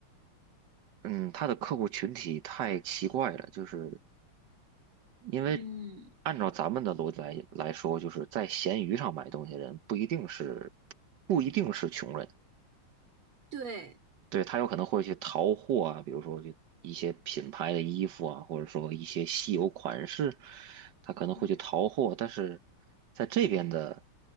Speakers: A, on the right; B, on the right.
A: 嗯，他的客户群体太奇怪了，就是因为按照咱们的逻辑来来说，
B: 嗯，
A: 就是在闲鱼上买东西的人不一定是不一定是穷人，
B: 对，
A: 对，他有可能会去淘货啊，比如说就一些品牌的衣服啊，或者说一些稀有款式，他可能会去淘货。
B: 嗯
A: 但是在这边的